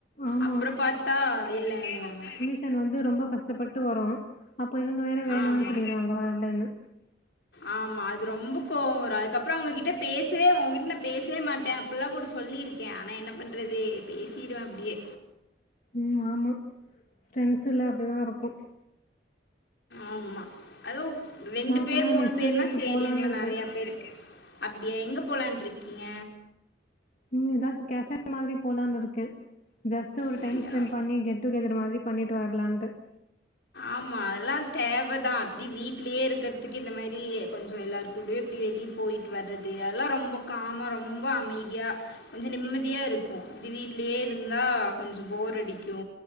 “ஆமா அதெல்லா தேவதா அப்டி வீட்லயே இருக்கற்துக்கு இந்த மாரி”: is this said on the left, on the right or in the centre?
Left